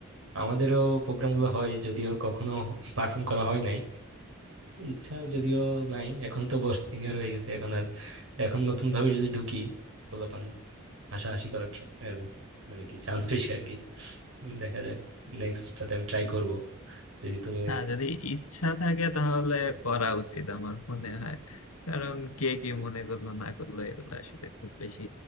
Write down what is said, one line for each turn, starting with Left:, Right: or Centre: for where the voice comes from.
Right: আমাদেরও প্রোগ্রামগুলো হয় যদিও কখনো পারফর্ম করা হয় নাই ইচ্ছা যদিও নাই এখন তো বড় সিনিয়র হয়ে গেছে এখন আর এখন নতুন ভাবে যদি ঢুকি পোলাপান হাসাহাসি করার আহ, মানে কি চান্স পেয়েছি আর কি উম, দেখা যাক নেক্সটটাতে আমি ট্রাই করব যদি তুমি
Left: হ্যাঁ যদি ইচ্ছা থাকে তাহলে করা উচিত আমার মনে হয় কারণ কে কি মনে করলো না করলো এগুলো আসলে খুব বেশি